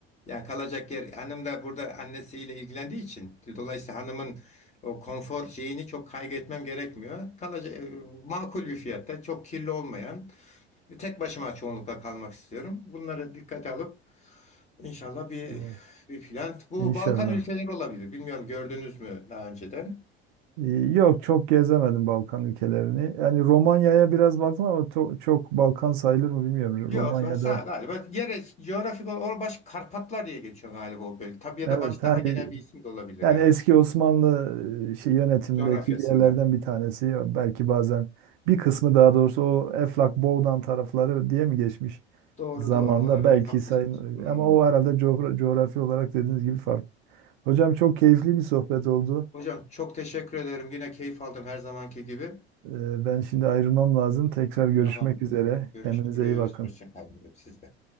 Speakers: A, on the left; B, on the right.
A: Yani kalacak yer hanım da burada annesiyle ilgilendiği için dolayısıyla hanımın o konfor şeyini çok kaygı gerekmiyor. Kalacak e, makul bir fiyatta, çok kirli olmayan e, tek başıma çoğunlukla kalmak istiyorum. Bunları dikkate alıp inşallah bir
B: Evet,
A: bir plan. Bu
B: inşallah.
A: Balkan ülkeleri olabilir. Bilmiyorum gördünüz mü daha önceden?
B: E, Yok çok gezemedim Balkan ülkelerini. Yani Romanya'ya biraz baktım ama to- çok Balkan sayılır mı bilmiyorum.
A: Yok
B: Romanya'da
A: sa- sağ galiba gerek coğrafik olarak baş Karpatlar diye geçiyor galiba o bölge. Tabii ya
B: evet
A: da baş
B: hani
A: daha genel bir isim de olabilir
B: Yani
A: yani
B: eski Osmanlı e, şey yönetimindeki
A: coğrafyasından.
B: yerlerden bir tanesi belki bazen bir kısmı daha doğrusu o Eflak Boğdan tarafları diye mi geçmiş
A: Doğru
B: zamanda
A: doğru olabilir
B: belki
A: haklısınız.
B: sayın
A: Hmm.
B: ama o herhalde coğra- coğrafi olarak dediğiniz gibi farklı. Hocam çok keyifli bir sohbet oldu.
A: Hocam çok teşekkür ederim. Yine keyif aldım her zamanki gibi.
B: E, Ben şimdi ayrılmam lazım. Tekrar görüşmek
A: Tamamdır
B: üzere.
A: o zaman. Görüşürüz.
B: Kendinize iyi bakın.
A: Hoşça kalın. Siz de.